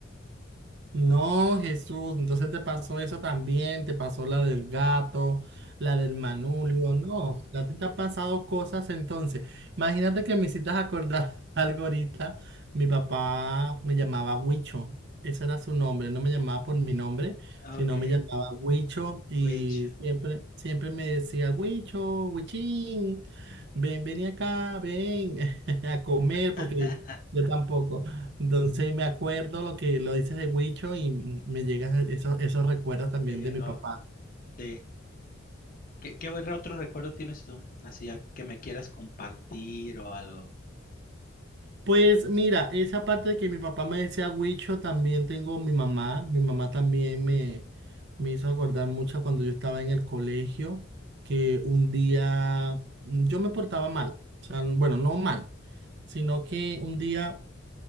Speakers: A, on the right; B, on the left.
A: No, Jesús, entonces te pasó eso también, te pasó la del gato, la del manubrio, no, ya te te han pasado cosas entonces. Imagínate que me hiciste acordar <laughs> algo ahorita, mi papá me llamaba Huicho, ese era su nombre, no me llamaba por mi nombre,
B: Ok,
A: sino me llamaba Huicho y
B: witch.
A: siempre, siempre me decía Huicho, Huichín, ven, ven acá, ven <laughs> a comer
B: <laughs>
A: porque yo tampoco. Entonces me acuerdo lo que lo dices de Huicho y me llegan esos, esos recuerdos también
B: Te llegó.
A: de mi papá.
B: Sí. ¿Qué, qué otro otro recuerdo tienes tú? Así a- que me quieras compartir o algo.
A: Pues mira, esa parte de que mi papá me decía Huicho, también tengo mi mamá. Mi mamá también me, me hizo acordar mucho cuando yo estaba en el colegio, que un día mm, yo me portaba mal. O sea, bueno, no mal, sino que un día